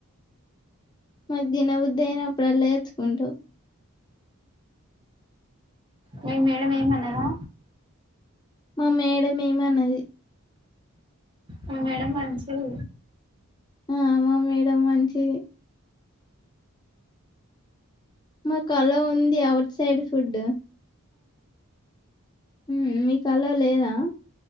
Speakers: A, on the left; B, on the right.
A: మాకు తిన బుద్ది అయినప్పుడల్ల తెచ్చుకుంటం
B: మీ మేడం ఏమనదా
A: మా మేడం ఏమనది
B: మా మేడం మంచిది
A: అ మ మేడం మంచిది మాకు అలో ఉంది ఔట్ సైడ్ ఫుడ్డు హు మీకు అలో లేదా